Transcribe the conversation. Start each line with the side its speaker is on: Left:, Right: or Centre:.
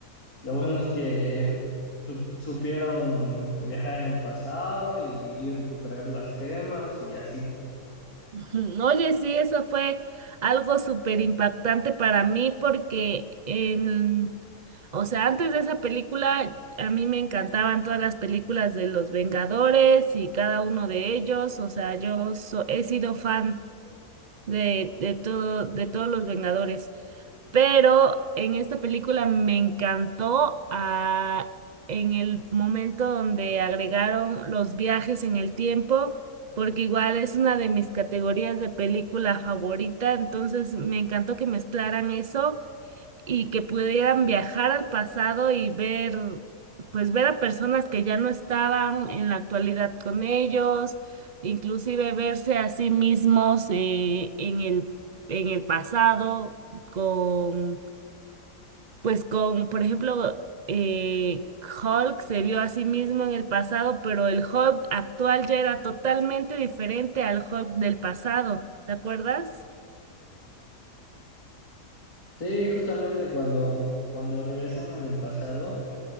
Left: lo bueno es que su- supieron viajar en el pasado y, y recuperar las gemas y así.
Right: Ujú. Oye, sí, eso fue algo súper impactante para mí porque en, o sea, antes de esa película a mí me encantaban todas las películas de los Vengadores y cada uno de ellos, o sea, yo so- he sido fan de, de todo, de todos los Vengadores. Pero en esta película me encantó ah, en el momento donde agregaron los viajes en el tiempo, porque igual es una de mis categorías de película favorita, entonces me encantó que mezclaran eso y que pudieran viajar al pasado y ver, pues ver a personas que ya no estaban en la actualidad con ellos, inclusive verse a sí mismos eh, en el, en el pasado con, pues con, por ejemplo, eh, Hulk se vio a sí mismo en el pasado, pero el Hulk actual ya era totalmente diferente al Hulk del pasado, ¿te acuerdas?
Left: Sí, justamente cuando, cuando regresan en el pasado.